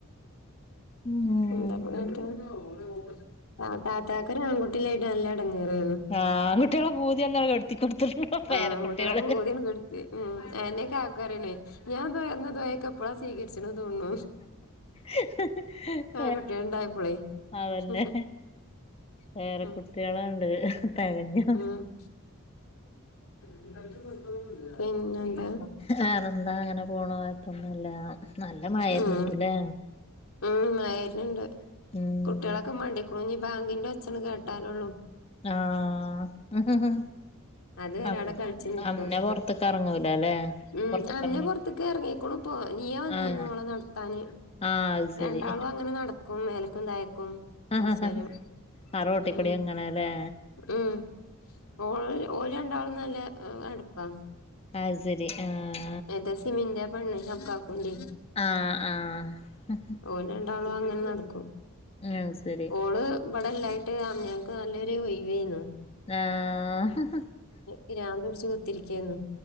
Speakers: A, on the left (about 30°); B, on the left (about 85°).
A: ഉം
B: <unintelligible> ആ താത്താ കൊരു ആൺകുട്ടി. ല്ലായിട്ട് നല്ല ഇടങ്ങേറേരുന്നു
A: ആൺകുട്ടികളെ പൂതി ഒന്നും കെടുത്തി കൊടുത്തിട്ടുണ്ടോ പേരക്കുട്ടികള്
B: ആൺകുട്ടിയാളെ പൂതി. ഉം എന്നേക്കെ ആക്കാരണേ ഞാൻന്ന ദോയക്കെപ്പഴളാ സ്വീരിച്ചു തോന്നു
A: <unintelligible>
B: ആൺകുട്ടിയ ഇണ്ടായിപ്പോളെ
A: അതന്നെ
B: <unintelligible>
A: പേരക്കുട്ടികളുണ്ട്
B: ഉം
A: തികഞ്ഞു
B: ഉം പിന്നെ ന്താ
A: വേറെന്താ അങ്ങനെ പോണ്. കൊഴപ്പന്നുല്ല. നല്ല മഴര്ന്ണ്ട്
B: ഉം
A: ല്ലേ.
B: ഉം ആയിണ്ട്
A: ഉം
B: കുട്ടികളൊക്കെ മടിക്കണു ഇനീ ബാങ്കിന്റെ ഒച്ചന് കേട്ടാലുള്ളു
A: ആഹ്
B: അത് വെരെ
A: അം
B: അയുടെ കൾച്ച് നിക്കും
A: അമ്മ പൊറത്ത്ക്ക് എറങ്ങൂല ല്ലേ
B: ഉം
A: പൊറത്ത്ക്കെറങ്ങി
B: അംന പൊർത്ത്ക്ക് എറങ്ങിക്കുണു ഇപ്പോ ഇഞ്ഞി യ്യ വന്നീന്ന്
A: ആഹ്
B: ഓളെ നടത്താന്
A: ആഹ് അത് ശരി
B: രണ്ടാളും അങ്ങനെ നടക്കും മേലക്കും തായക്കും
A: ആഹ്
B: കുറച്ചേരം
A: ആ റോട്ടിക്കൂടി
B: ഉം
A: അങ്ങനെല്ലേ
B: ഉം ഓളില് ഓര് രണ്ടാളും നല്ല അടുപ്പാ
A: ആയ്ശരി ആഹ്
B: എന്റെ സിമിന്റെ ആ പെണ്ണ് യ് അബ് കാക്കുന്റെ
A: ആഹ് ആഹ്
B: ഓല് രണ്ടാളുംങ്ങനെ നടക്കും
A: അത് ശരി
B: ഓള് ഇമ്പടെല്ലായി ട്ട് ആഹ് ഞങ്ങക്ക് നല്ലൊരു വൈബെയ്രുന്നു
A: ആഹ്
B: പിരാൻന്ത് പിടിച്ച് കുത്തിരിക്കായിരുന്നു